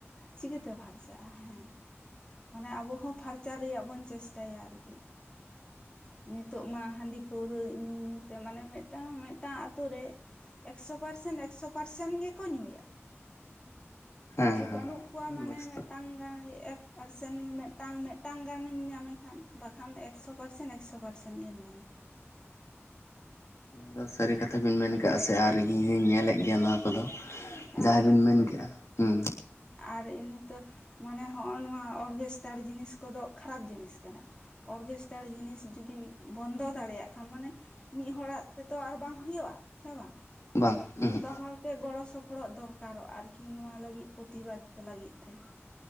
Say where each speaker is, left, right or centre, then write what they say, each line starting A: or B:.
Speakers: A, on the left; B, on the left.
A: ᱪᱤᱠᱟᱹᱛᱮ ᱯᱷᱟᱨᱪᱟᱜᱼᱟ ᱦᱮᱸ ᱾ ᱢᱟᱱᱮ ᱟᱵᱚ ᱦᱚᱸ ᱯᱷᱟᱨᱪᱟ ᱨᱮᱭᱟᱜ ᱵᱚᱱ ᱪᱮᱥᱴᱟᱭᱟ ᱟᱨᱠᱤ ᱾ ᱱᱤᱛᱚᱜ ᱢᱟ ᱦᱟᱺᱰᱤ ᱯᱟᱹᱣᱨᱟᱹ ᱧᱩ ᱧᱩ ᱛᱮ ᱢᱟᱱᱮ ᱢᱤᱫᱴᱟᱝ ᱢᱤᱫᱴᱟᱝ ᱟᱛᱳ ᱨᱮ ᱾ ᱮᱠᱥᱚ ᱯᱟᱨᱥᱮᱱ ᱮᱠᱥᱚ ᱯᱟᱨᱥᱮᱱ ᱜᱮᱠᱚ ᱧᱩᱭᱟ ᱾
B: ᱦᱮᱸ
A: ᱡᱮ
B: ᱦᱮᱸ
A: ᱵᱟᱹᱱᱩᱜ ᱠᱚᱣᱟ ᱢᱟᱱᱮ
B: ᱵᱟᱥᱛᱚᱵ
A: ᱢᱤᱫᱴᱟᱝ ᱜᱟᱱ, ᱯᱟᱨᱥᱮᱱ ᱢᱤᱫᱴᱟᱝ ᱢᱤᱫᱴᱟᱝ ᱜᱟᱱᱮᱢ ᱧᱟᱢᱮ ᱠᱷᱟᱱ ᱵᱟᱠᱷᱟᱱ ᱮᱠᱥᱚ ᱯᱟᱨᱥᱮᱱ, ᱮᱠᱥᱚ ᱯᱟᱨᱥᱮᱱᱴ ᱜᱮᱢ ᱧᱟᱢ ᱠᱚᱣᱟ ᱾
B: ᱱᱚᱣᱟ ᱫᱚ ᱥᱟᱹᱨᱤ ᱠᱟᱛᱷᱟ ᱵᱤᱱ ᱢᱮᱱ ᱠᱟᱜᱼᱟ ᱥᱮ ᱟᱨ ᱤᱧ ᱦᱚᱸᱧ ᱧᱮᱞᱮᱫ ᱜᱮᱭᱟ ᱱᱚᱣᱟ ᱠᱚᱫᱚ ᱾
A: ᱦᱮᱸ
B: ᱡᱟᱦᱟᱸᱭ
A: ᱵᱟᱝ
B: ᱵᱤᱱ ᱢᱮᱱ ᱠᱮᱜᱼᱟ ᱦᱮᱸ,
A: ᱟᱨ ᱱᱤᱛᱚᱜ ᱢᱟᱱᱮ ᱦᱚᱜᱼᱚ ᱱᱚᱣᱟ ᱚᱨᱜᱮᱥᱴᱟᱨ ᱡᱤᱱᱤᱥ ᱠᱚᱫᱚ ᱠᱷᱟᱨᱟᱯ ᱡᱤᱱᱤᱥ ᱠᱟᱱᱟ ᱾ ᱚᱨᱜᱮᱥᱴᱟᱨ ᱡᱤᱱᱤᱥ ᱡᱩᱚᱫᱤ ᱵᱚᱱᱫᱚ ᱫᱟᱲᱮᱭᱟᱜ ᱠᱷᱟᱱ ᱢᱟᱱᱮ, ᱢᱤᱫ ᱦᱚᱲᱟᱜ ᱛᱮᱫᱚ ᱟᱨ ᱵᱟᱝ ᱦᱩᱭᱩᱜᱼᱟ ᱦᱮᱸ ᱵᱟᱝ?
B: ᱵᱟᱝ ᱩᱦᱩᱸᱜ
A: ᱡᱷᱚᱛᱚ ᱦᱚᱲ ᱜᱮ ᱜᱚᱲᱚ ᱥᱚᱯᱚᱦᱚᱫ ᱫᱚᱨᱠᱟᱨᱚᱜᱼᱟ, ᱟᱨᱠᱤ ᱱᱚᱣᱟ ᱞᱟᱹᱜᱤᱫ ᱯᱨᱚᱛᱤᱵᱟᱫ ᱞᱟᱹᱜᱤᱫ ᱛᱮ ᱾